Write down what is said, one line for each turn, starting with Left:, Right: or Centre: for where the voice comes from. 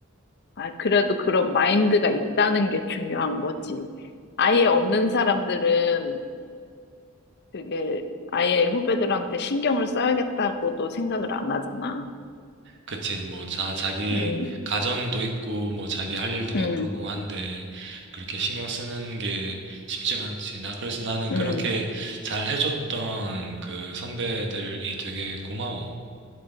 Left: 아, 그래도 그런 마인드가 있다는 게 중요한 거지. 아예 없는 사람들은 그게 아예 후배들한테 신경을 써야겠다고도 생각을 안 하잖아.
Right: 그치, 뭐, 자, 자기
Left: 음,
Right: 가정도 있고, 뭐, 자기 할 일도 바쁘고
Left: 음,
Right: 한데, 그렇게 신경 쓰는 게 쉽지가 않지. 나, 그래서 나는
Left: 음.
Right: 그렇게 잘 해줬던 그 선배들이 되게 고마워.